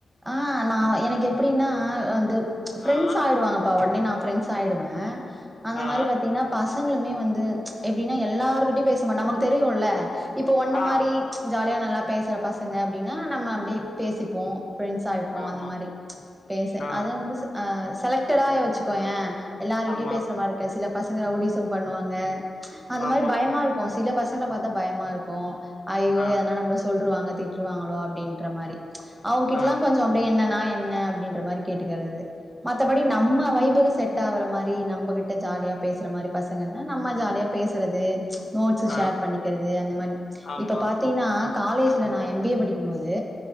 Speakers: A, on the right; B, on the left.
A: ஆ நா எனக்கு எப்டின்னா வந்து ஃப்ரெண்ட்ஸ்
B: ஆ
A: ஆயிடுவாங்கப்பா உடனே நா ஃபிரெண்ட்ஸ் ஆயிடுவே அந்த
B: ஆ
A: மாரி பாத்தீங்கன்னா பசங்களுமே வந்து எப்டின்னா எல்லாருக்கிட்டயு பேச மாட்ட நமக்கு தெரியுல்ல இப்ப ஒன்ன
B: ஆ
A: மாரி
B: ஆமா
A: ஜாலியா நல்லா பேசுற பசங்க அப்டின்னா நம்ம அப்டி பேசிப்போ ஃப்ரெண்ட்ஸ் ஆயிப்போ
B: ஆமா
A: அந்த மாரி பேச
B: ஆ
A: அத வந்து செல ஆ செலக்ட்டா வச்சுக்கோ ஏ எல்லாரருக்கிட்டயு
B: ஆமா
A: பேசுற மாரி இருக்க சில பசங்க ரவுடிச பண்ணுவாங்க அந்த
B: ஆமா
A: மாரி பயமா இருக் கு சில பசங்கல பாத்தா பயமா இருக்கு அய்யோ
B: ஆ
A: எதனா நம்மள சொல்லருவாங்க திட் டிவிருவாங்களோ அப்டின்ற மாரி அவுங்க கிட்ட
B: ஆ
A: எல்லா கொஞ்சோ அப்டியே என்னா என்ன அப்டின்ற மாரி கேட்டுக்கிறது மத்தபடி நம்ம வைபுக செட் ஆகுற மாரி நம்மகிட்ட ஜாலியா பேசுற மாரி பசங்க தா நம்ம ஜாலியா பேசுறது நோட்ஸ்ஸு ஷேர்
B: ஆ
A: பண்ணிக்கிறது அந்த மாரி
B: ஆமா
A: இப்ப பாத்தீனா காலேஜல நா எம் பி ஏ படிக்கு போது